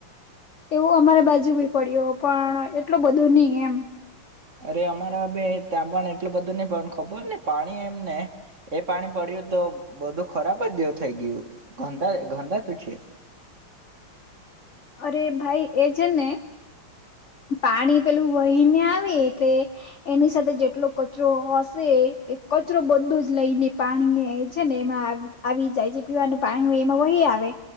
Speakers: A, on the left; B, on the right.
A: એવું અમારે બાજુ બી પડ્યો, પણ એટલું બધું નહી એમ.
B: અરે અમારા બે ત્યાં પણ એટલું બધું નહી પણ ખબર ને પાણી એમને, એ પાણી પડ્યું તો બધું ખરાબ જ એવું થઈ ગયું, ગંદા ગંદા તું છે.
A: અરે ભાઈ એ છે ને, પાણી પેલું વહીને આવે એટલે, એની સાથે જેટલો કચરો હશે એ કચરો બંદો જ લઈને પાણી છે ને એમાં આવી જાય જે પીવાનું પાણી હોય એમાં વહી આવે,